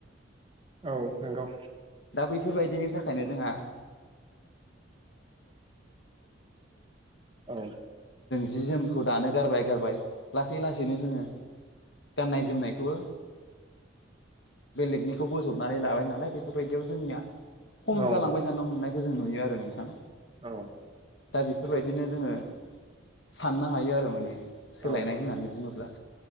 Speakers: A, on the right; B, on the left.
A: औ नोंगौ
B: दा बैफोरबायदिनि थाखायनो जोंहा
A: औ
B: <inaudible> खौ दानो गारबाय गारबाय लासै लासैनो जोङो गाननाय जोमनायखौबो बेलेगनिखौ बोजबनानै लाबाय नालाय बेफोरबायदियाव जोंनिया खम
A: औ
B: जालांबाय थानो हमनाय। बेखौ जों नुयो आरो नोंथां।
A: औ
B: दा बेफोरबायदिनो जोङो साननो हायो आरो माने सोलायनाय
A: औ
B: होननानै बुङोब्ला।